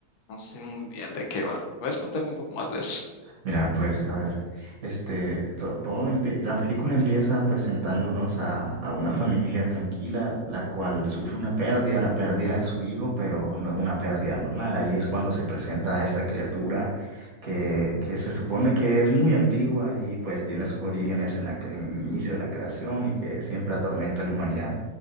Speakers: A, on the left; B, on the right.
A: no sé muy bien de qué van. ¿Puedes contarme un poco más de eso?
B: Mira, pues a ver, este, to- todo empie- la película empieza presentándonos a, a una familia tranquila, la cual sufre una pérdida, la pérdida de su hijo, pero no es una pérdida normal. Ahí es cuando se presenta a esta criatura que, que se supone que es muy antigua y pues tiene sus orígenes en la, cre- en el inicio de la creación y que siempre atormenta a la humanidad,